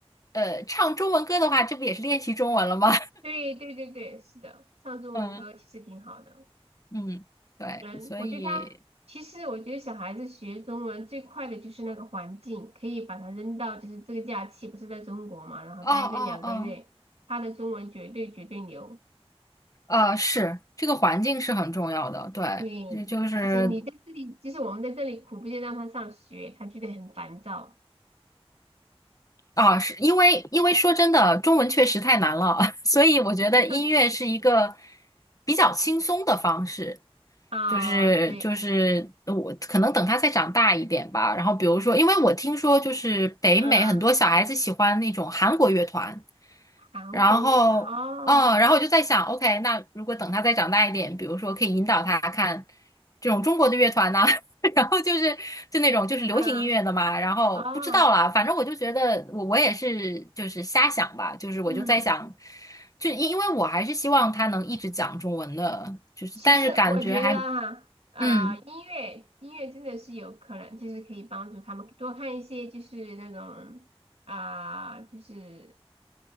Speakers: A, on the left; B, on the right.
A: 呃唱中文歌的话，这不也是练习中文了吗？
B: 对对对对，是的，唱中文歌其实挺好的。
A: <laughs> 嗯。嗯，对，
B: 嗯，
A: 所以，
B: 我觉得他其实，我觉得小孩子学中文最快的就是那个环境，可以把他扔到就是这个假期不是在中国嘛，然后待个两个月，
A: 哦哦哦，
B: 他的中文绝对绝对牛。
A: 呃，是这个环境是很重要的，对，
B: 对，
A: 就就是
B: 其实你在这里，其实我们在这里苦逼的让他上学，他觉得很烦躁
A: 啊，是因为因为说真的，中文确实太难了，<laughs> 所以我觉得音乐是一个
B: <laughs>
A: 比较轻松的方式，
B: 啊。
A: 就是就是呃我可能等他再长大一点吧。
B: 对，
A: 然后比如说，因为我听说就是北美很多小孩子喜欢那种韩国乐团，
B: 嗯，韩国语哦，
A: 然后嗯，然后我就在想，OK，那如果等他再长大一点，比如说可以引导他看这种中国的乐团呐、<laughs> 然后就是就那种就是流行音乐的嘛，
B: 啊，
A: 然后不知道啦，
B: 哦，
A: 反正我就觉得我我也是就是瞎想吧，就是我就在想，
B: 嗯。
A: 就因因为我还是希望他能一直讲中文的，就是但是感觉还
B: 其实我觉得哈，呃，
A: 嗯，
B: 音乐音乐真的是有可能，就是可以帮助他们多看一些，就是那种啊、就是